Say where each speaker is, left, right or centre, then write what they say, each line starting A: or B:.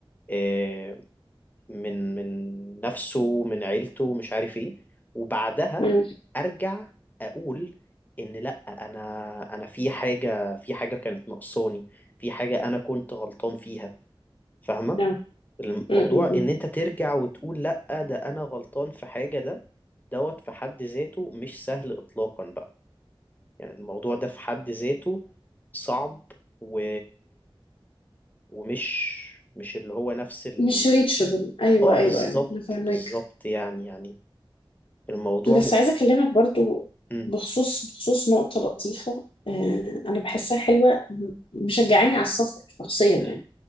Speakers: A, on the left; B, on the left.
A: آه، من من نفسه من عيلته مش عارف ايه وبعدها
B: مم.
A: ارجع اقول ان لا انا انا في حاجه في حاجه كانت ناقصاني في حاجه انا كنت غلطان فيها فاهمه
B: نعم.
A: الموضوع
B: مم. مم. مم.
A: ان انت ترجع وتقول لا ده انا غلطان في حاجة ده دوت في حد ذاته مش سهل اطلاقا بقى يعني الموضوع ده في حد ذاته صعب و... ومش مش اللي هو نفس ال...
B: مش ريتشبل ايوه
A: اه
B: ايوه
A: بالظبط
B: ايوه انا فاهمك
A: بالظبط يعني يعني الموضوع
B: بس
A: مخ
B: عايزه اكلمك برضو
A: م.
B: بخصوص بخصوص نقطه لطيفه آه انا بحسها حلوه م- مشجعاني على السفر شخصيا يعني
A: م.